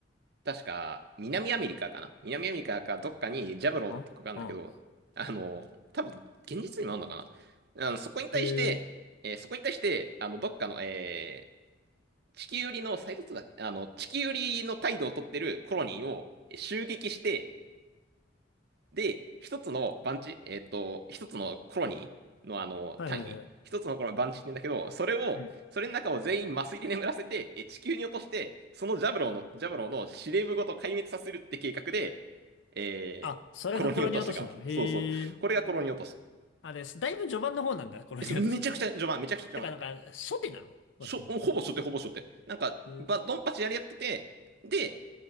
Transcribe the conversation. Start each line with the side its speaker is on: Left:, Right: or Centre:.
Right: 確か、南アメリカかな南アメリカかどっかにジャブロとかがあるんだけど、
Left: あ、う
Right: あの、多分、現実にもあるのかなあの、そこに対して、
Left: ん。へえ。
Right: えーそこに対して、あの、どっかの、えー、地球寄りの、サイドツーだっけあの、地球寄りの態度をとってるコロニーを襲撃して、で、一つの番地、えっと、一つのコロニーのあの単位、
Left: はいはいはい。
Right: 一つのこの番地って言うんだけど、それを、
Left: うん。
Right: それの中を全員麻酔で眠らせて、え地球に落として、そのジャブローの、ジャブローの司令部ごと壊滅させるって計画で、えー、
Left: あ、それがコロニー落としなの。
Right: コロニー落としが起きた。
Left: へえ。
Right: そうそう。これがコロニー落とし。
Left: あですだいぶ序盤の方なんだ、コロニー落とし。
Right: えめちゃくちゃ序盤、めちゃくちゃ序盤。
Left: てか、なんか、初手なの。コロニー落と
Right: しょほぼしょってほぼしょってなんか、
Left: しへえ。
Right: ば、ドンパチやり合ってて、で、